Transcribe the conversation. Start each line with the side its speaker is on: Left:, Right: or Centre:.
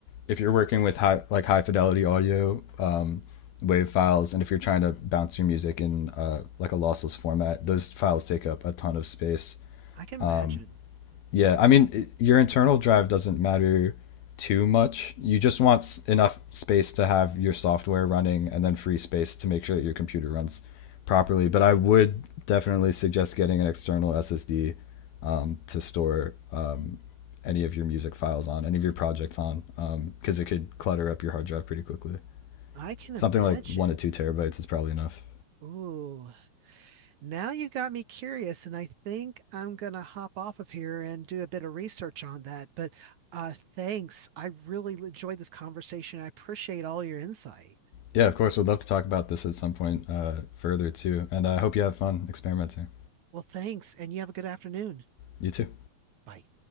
Left: if you're working with high like high fidelity audio um, wave files, and if you're trying to bounce your music in uh, like a lossless format, those files take up a ton of space.
Right: I can
Left: Um,
Right: imagine.
Left: yeah, I mean, your internal drive doesn't matter too much. You just want enough space to have your software running and then free space to make sure that your computer runs properly. But I would definitely suggest getting an external SSD um, to store um, any of your music files on, any of your projects on, because um, it could clutter up your hard drive pretty quickly.
Right: I can
Left: Something
Right: imagine.
Left: like one to two terabytes is probably enough.
Right: Ooh, Now you got me curious, and I think I'm gonna hop off of here and do a bit of research on that. But uh, thanks. I really enjoyed this conversation. I appreciate all your insight.
Left: Yeah, of course, we'd love to talk about this at some point uh, further too. And I uh, hope you have fun experimenting.
Right: Well, thanks, and you have a good afternoon.
Left: You too.
Right: Bye.